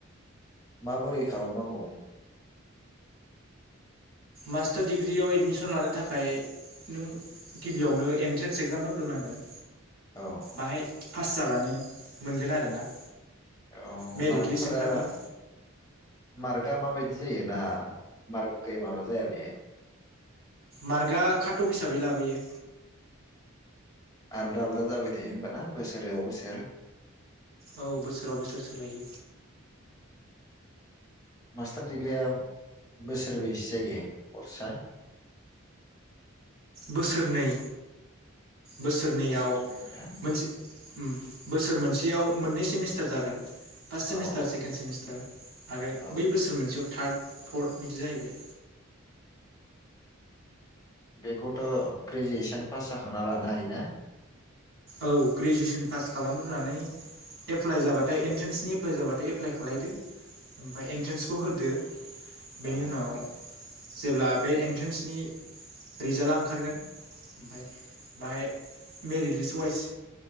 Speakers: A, on the left (about 15°); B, on the right (about 75°).
A: माबोरै खालामनांगौ।
B: मास्टार दिडिग्रियाव एडमिसन लानो थाखाय नों गिबियावनो एन्ट्रेन्स एक्जाम होग्रोनांगोन।
A: औ
B: बाहाय। पास जाबानो मोनगोन आरोना।
A: औ
B: मेरिट
A: मारकफोरा।
B: लिस्ट ओंखारगोन
A: मार्कआ माबायदि जायो ना मार्क माबा जाया बेहाय।
B: मार्कआ खाटब हिसाबै लाबोयो।
A: आलदा आलदा। जाबाय थायो होमबाना बोसोराव बोसोर।
B: औ बोसोराव बोसोर सोलायो
A: मास्टार डिग्रिया। बोसोरबैसो जायो करसा।
B: बोसोरनै। बोसोरनैयाव
A: बोसोरनै ना
B: मोनसे बोसोर मोनसेयाव मोननै सेमिस्टार। <unintelligible> फार्स्ट सेमिस्टार
A: औ
B: सेकेणड सेमिस्टार आरो
A: औ
B: बै बोसोर मोनसेयाव थार्ड। पर्ट बिदि जाहैबाय।
A: बेखौथ ग्रेजुवेसन पास जाखांना लानो हायोना।
B: औ ग्रेजुवेसन पास। खालामग्रोनानै एप्लाइ जाबाथाय एन्ट्रेन्सनि एप्लाइ जाबाथाय एप्लाइ खालायदो ओमफ्राय एन्ट्रेन्सखौ होदो। बेनि
A: औ
B: उनाव। जेब्ला बे एन्ट्रेन्सनि रिजाल्टआ ओंखारगोन ओमफ्राय बाहाय मेरिट लिस्टआव। टुवाइस